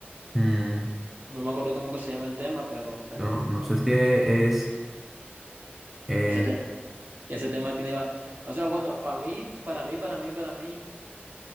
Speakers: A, in the centre; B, on the right.
A: Mm,
B: No me acuerdo cómo que se llama el tema, pero, pero
A: no, no sé si es eh,
B: ese, te- ese tema tiene bastante. O sea, bueno, para mí, para mí, para mí, para mí,